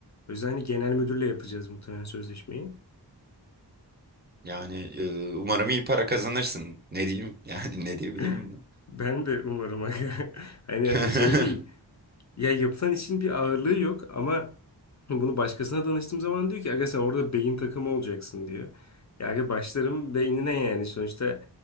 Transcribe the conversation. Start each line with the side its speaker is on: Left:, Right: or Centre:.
Left: O yüzden hani genel müdürle yapacağız muhtemelen sözleşmeyi. <clears throat>
Right: Yani e, umarım iyi para kazanırsın. Ne diyeyim? <laughs> Yani ne diyebilirim
Left: <laughs>
Right: buna?
Left: Ben de umarım. <laughs> Hani
Right: <laughs>
Left: şey değil. Ya yapılan işin bir ağırlığı yok ama bunu başkasına danıştığım zaman diyor ki aga sen orada beyin takımı olacaksın diyor. Ya aga başlarım beynine yani sonuçta